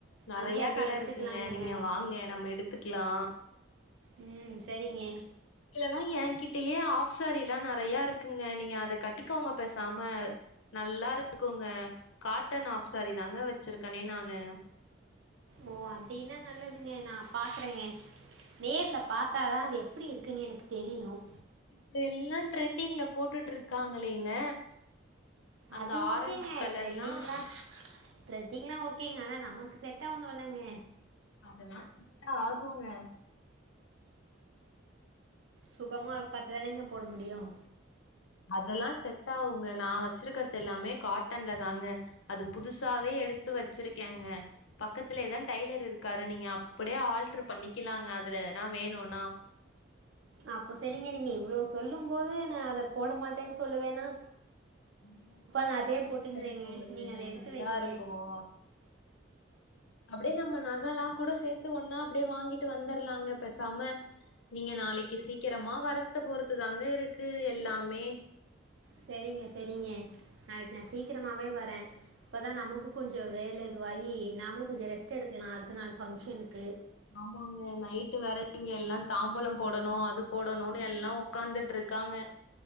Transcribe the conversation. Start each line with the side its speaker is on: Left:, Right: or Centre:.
Left: நறைய
Right: அங்கேயே அப்டியே
Left: கடை
Right: எடுத்துக்கலானுங்க
Left: இருக்குங்க நீங்க வாங்க நம்ம எடுத்துக்கலாம்
Right: உம் சரிங்க
Left: இதெல்லாம் என்கிட்டயே ஆஃப் சாரி எல்லாம் நறைய இருக்குங்க நீங்க அத கட்டிக்கவங்க பேசாம நல்லா இரு இருக்குங்க காட்டன் ஆஃப் சாரி தாங்க வச்சிருக்கேனே நானு
Right: ஓ அப்படின்னா நல்லதுங்க நான் பாக்குறேங்க நேர்ல பாார்த்தாதான் அது எப்படி இருக்குன்னு எனக்கு தெரியும்
Left: இப்ப எல்லாம் ட்ரெண்டிங்ல போட்டுட்டு இருக்காங்களேங்க அந்த
Right: அது
Left: ஆரஞ்ச்
Right: ஓகேங்க
Left: கலர்லாம்
Right: ட்ரெண்டிங்லா ட்ரெண்டிங்லா ஓகேங்க ஆனா நமக்கு செட் ஆகணும் இல்லங்க
Left: அதெல்லாம் செட்டா ஆகுங்க
Right: சுகமா ஒரு பத்துதானேங்க போட முடியும்
Left: அதெல்லாம் செட் ஆவுங்க நான் வச்சிருக்கறிறது எல்லாமே காட்டன்ல தாங்க அது புதுசாவே எடுத்து வச்சுருக்கேங்க பக்கத்துலேதான் டைலர் இருக்காரு நீங்க அப்படியே ஆல்டரு பண்ணிக்கலாங்க அதுலனா வேணும்னா
Right: அப்போ சரிங்க நீங்க இவ்வளவு சொல்லும் போது நான் அத போட மாட்டேன்னு சொல்லுவேனா
Left: கண்டிப்பா
Right: நா
Left: நீங்க
Right: அதே போட்டுங்கிறேங்க
Left: ஆஃப் சரி போடுங்க
Right: நீங்க அத எடுத்து
Left: நல்லா
Right: வைங்க
Left: இருக்கும் அப்படியே நம்ம நகாலா கூட சேர்த்த ஒன்னா அப்படியே வாங்கிட்டு வந்துர்லாங்க பேசாம நீங்க நாளைக்கு சீக்கிரமா வரறத பொருத்து தாங்க இருக்கு எல்லாமே
Right: சரிங்க சரிங்க நாளைக்கு நான் சீக்கிரமாவே வரேன் இப்போதான் நமக்கும் கொஞ்சம் வேலை எதுவாகி நாமளும் கொஞ்சம் ரெஸ்ட் எடுக்கலாம் அடுத்த நாள் ஃபங்க்ஷனுக்கு
Left: ஆமாங்க நைட்டு வற இங்க எல்லாம் தாம்பழம் போடணும் அது போடணும்னு எல்லாம் உக்காரத்துட்டு இருக்காங்க